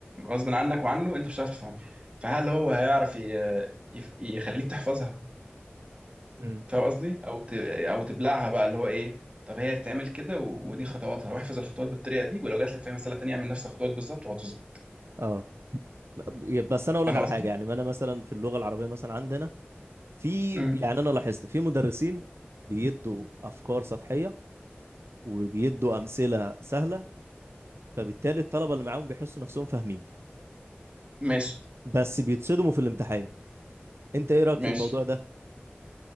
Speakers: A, on the right (about 30°); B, on the right (about 75°).
A: غصب عنك وعنه انت مش هتعرف تفهمها فهل هو هيعرف ي- يف- يخليك تحفظها
B: امم
A: فاهم قصدي او ت- او تبلعها بقى اللي هو ايه طب هي تتعمل كده و- ودي خطواتها واحفظ الخطوات بالطريقه دي ولو جات لك في مساله تانية اعمل نفس الخطوات بالظبط وهتظبط
B: اه ب- بس انا اقول
A: فاهم
B: لك على
A: قصدي
B: حاجة يعني ما انا مثلا في اللغة العربية مثلا عندنا في
A: امم
B: يعني انا لاحظت في مدرسين بيدوا افكار سطحيه وبيدوا امثله سهله فبالتالي الطلبه اللي معاهم بيحسوا نفسهم فاهمين
A: ماشي
B: بس بيتصدموا في الامتحان انت ايه رايك في
A: ماشي
B: الموضوع ده